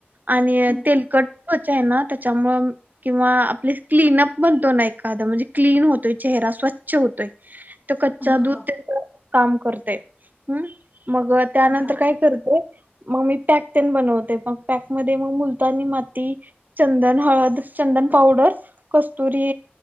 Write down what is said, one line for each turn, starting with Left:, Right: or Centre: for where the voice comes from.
Right: आणि
Centre: हम्म
Right: तेलकट त्वचाय ना त्याच्यामुळं किंवा आपले क्लीनअप म्हणतोनां एखादा म्हणजे क्लीन होतोय चेहरा स्व च्छ् होतय तो कच्चा
Centre: हा
Right: दूध
Centre: हा
Right: त्याच काम करतय हम्म मग त्यानंतर
Centre: हा
Right: काय करते मग मी पॅक तेन बनवते मग पॅक मध्ये मग मुलतानी माती चंदन, हळद, चंदन पावडर, कस्तुरी